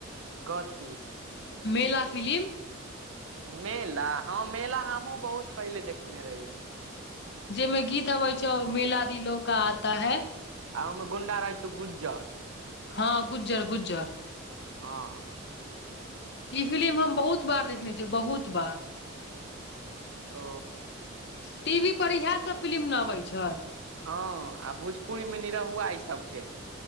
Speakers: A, on the right (about 75°); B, on the left (about 55°).
A: कथी।
B: मेला फिलिम।
A: मेला हँ मेला हमहुँ बहुत पहिले देखने रहियै।
B: जहिमे गीत अबै छै, मेला दिलो का आता है।
A: आ ओहिमे गुंडा रहै छौ गुज्जर।
B: हँ गुजर गुज्जर।
A: हँ।
B: इ फिलिम हम बहुत बार देखने छियै, बहुत बार।
A: ओ।
B: टीवी पर इएह सब फिलिम न अबैय छैय।
A: हँ आ भोजपुरीमे निरहुआ इ सभके।